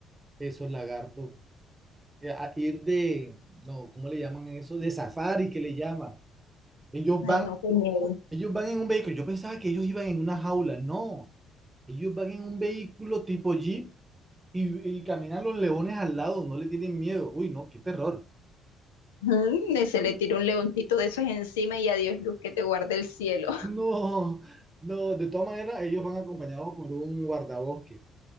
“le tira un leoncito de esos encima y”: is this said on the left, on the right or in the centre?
Left